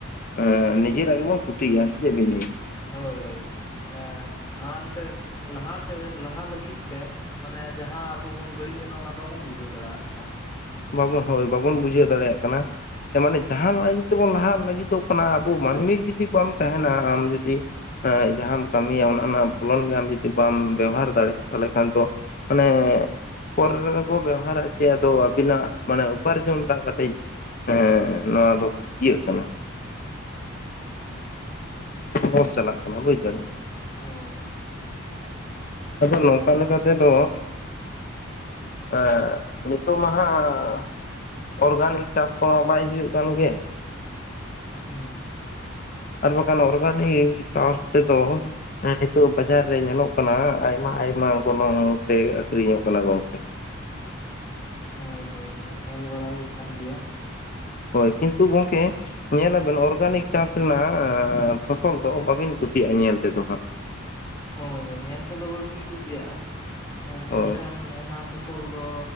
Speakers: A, on the left; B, on the left.
A: ᱟᱨ ᱱᱤᱡᱮᱨᱟᱼᱜ ᱜᱮᱵᱩᱱ ᱠᱷᱩᱛᱤᱭᱮᱼᱟ ᱥᱮ ᱪᱮᱫ ᱵᱤᱱ ᱞᱟᱹᱭᱟ᱾
B: ᱦᱳᱭ ᱦᱳᱭ ᱢᱟᱱᱮ ᱢᱟᱲᱟᱝ ᱥᱮᱫ ᱞᱟᱦᱟ ᱛᱮ ᱞᱟᱦᱟ ᱞᱟᱹᱜᱤᱫ ᱛᱮ ᱢᱟᱱᱮ ᱡᱟᱦᱟᱸ ᱟᱵᱚ ᱵᱚᱱ ᱵᱟᱹᱲᱤᱡ ᱮᱫᱟ ᱚᱱᱟ ᱵᱟᱵᱚᱱ ᱵᱩᱡᱷᱟᱹᱣ ᱫᱟᱲᱮᱭᱟᱼᱜ ᱠᱟᱱᱟ᱾
A: ᱵᱟᱵᱚᱱ ᱦᱳᱭ ᱵᱟᱵᱚᱱ ᱵᱩᱡᱷᱟᱹᱣ ᱫᱟᱲᱮᱭᱟᱜ ᱠᱟᱱᱟ, ᱡᱮ ᱢᱟᱱᱮ ᱡᱟᱦᱟᱸ ᱞᱟᱹᱜᱤᱫ ᱛᱮᱵᱚᱱ ᱞᱟᱦᱟᱜ ᱞᱟᱹᱜᱤᱫᱚᱜ ᱠᱟᱱᱟ ᱢᱟᱱᱢᱤ ᱡᱩᱫᱤ ᱵᱟᱢ ᱛᱟᱦᱮᱱᱟ ᱟᱢ ᱡᱩᱫᱤ ᱮᱸᱻ ᱡᱟᱦᱟᱸᱢ ᱠᱟᱹᱢᱤᱭᱼᱟ ᱚᱱᱟ ᱨᱮᱱᱟᱜ ᱯᱷᱚᱞᱚᱱ ᱜᱮ ᱟᱢ ᱡᱩᱫᱤ ᱵᱟᱢ ᱵᱮᱣᱦᱟᱨ ᱫᱟᱲᱮᱭᱟᱜᱼᱟ ᱛᱟᱦᱚᱞᱮ ᱠᱷᱟᱱ ᱫᱚ ᱢᱟᱱᱮ ᱯᱚᱨᱮ ᱨᱮ ᱠᱚ ᱵᱮᱣᱦᱟᱨᱼᱟ ᱪᱮᱫ ᱟᱫᱚ ᱵᱤᱱᱟᱜ ᱢᱟᱱᱮ ᱩᱯᱟᱨᱡᱚᱱ ᱴᱟᱜ ᱠᱟᱹᱴᱤᱡ ᱮ ᱱᱚᱣᱟ ᱫᱚ ᱤᱭᱟᱹᱜ ᱠᱟᱱᱟ ᱞᱚᱥ ᱪᱟᱞᱟᱜ ᱠᱟᱱᱟ ᱵᱩᱡ ᱫᱟᱵᱤᱱ᱾
B: ᱦᱚᱭ
A: ᱟᱫᱚ ᱱᱚᱝᱠᱟ ᱞᱮᱠᱟ ᱛᱮᱫᱚ ᱮᱸ ᱱᱤᱛᱚᱜ ᱢᱟᱦᱟᱜ ᱚᱨᱜᱟᱱᱤᱠ ᱪᱟᱥ ᱠᱚᱢᱟ ᱵᱟᱭ ᱦᱩᱭᱩᱜ ᱠᱟᱱ ᱜᱮ᱾
B: ᱦᱩ ᱸ
A: ᱟᱨ ᱵᱟᱠᱷᱟᱱ ᱚᱨᱜᱟᱱᱤᱠ ᱪᱟᱥ ᱛᱮᱫᱚ <unintelligible> ᱵᱟᱡᱟᱨ ᱨᱮ ᱧᱮᱞᱚᱜ ᱠᱟᱱᱟ, ᱟᱭᱢᱟ ᱼ ᱟᱭᱢᱟ ᱜᱚᱱᱚᱝ ᱛᱮ ᱟᱠᱷᱨᱤᱧᱚᱼᱜ ᱠᱟᱱᱟ ᱜᱚᱝᱠᱮ
B: ᱦᱳᱭ ᱼ ᱦᱳᱭ ᱼ ᱦᱳᱭ ᱧᱮᱞ ᱵᱟᱲᱟ ᱦᱩᱭᱩᱜ ᱠᱟᱱ ᱜᱮᱭᱟᱼᱼᱼ
A: ᱦᱳᱭ ᱠᱤᱱᱛᱩ ᱜᱚᱢᱠᱮ? ᱧᱮᱞᱟᱵᱮᱱ ᱚᱨᱜᱟᱱᱤᱠ ᱪᱟᱥ ᱨᱮᱱᱟᱜ ᱟᱸᱻ ᱯᱷᱚᱥᱚᱞ ᱫᱚ ᱵᱟᱵᱤᱱ ᱠᱩᱥᱤᱭᱟᱜᱼᱟ ᱧᱮᱞ ᱛᱮᱫᱚ ᱦᱟᱸᱜ
B: ᱦᱳᱭ ᱧᱮᱞ ᱛᱮᱫᱚ ᱵᱟᱹᱵᱤᱱ ᱠᱩᱥᱤᱭᱟᱜᱼᱟ
A: ᱦᱳᱭ
B: ᱢᱮᱱᱠᱷᱟᱱ ᱚᱱᱟ ᱯᱷᱚᱥᱚᱞ ᱫᱚ